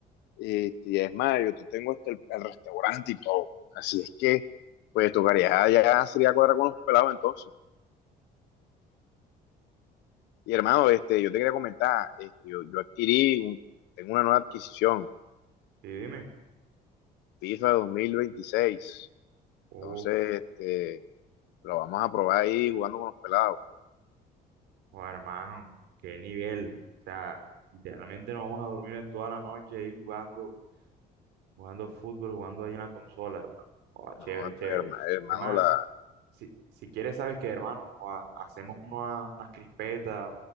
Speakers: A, on the left (about 85°); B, on the right (about 85°).
A: Este, y es más, yo te tengo hasta el, el restaurante y todo. Así es que, pues, tocaría ya sería cuadrar con los pelados entonces. Y hermano, este, yo te quería comentar, este, yo, yo adquirí, un- tengo una nueva adquisición,
B: Sí, dime.
A: FIFA dos mil veintiséis Entonces,
B: Uf,
A: este, lo vamos a probar ahí jugando con los pelados.
B: oh, hermano, qué nivel. O sea, literalmente nos vamos a dormir en toda la noche ahí jugando, jugando fútbol, jugando ahí en la consola, hermano. Oh, chévere,
A: No,
B: chévere.
A: pues herma- hermano,
B: Es más,
A: la
B: si, si quieres, sabes que, hermano, joda, hacemos una- unas crispetas,